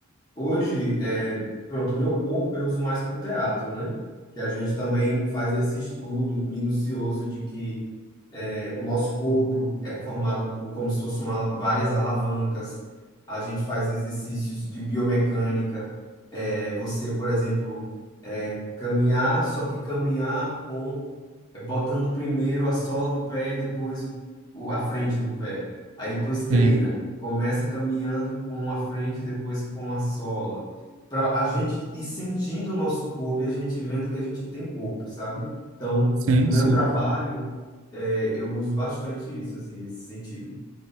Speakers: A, on the left; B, on the right.
A: hoje, é, pronto, o meu corpo eu uso mais para o teatro, né? Que a gente também faz esse estudo minucioso de que é, o nosso corpo é formado por como se fossem uma- várias alavancas. A gente faz exercícios de biomecânica. É, você, por exemplo, é, caminhar, só que caminhar com é, botando primeiro a sola do pé e depois o, o- a frente do pé. Aí depois treina.
B: Sim,
A: Começa caminhando com a frente, depois com a sola. Para a gente ir sentindo o nosso corpo e a gente vendo que a gente tem corpo, sabe? Então,
B: sim,
A: no meu
B: sim.
A: trabalho é, eu uso bastante isso, assim, nesse sentido.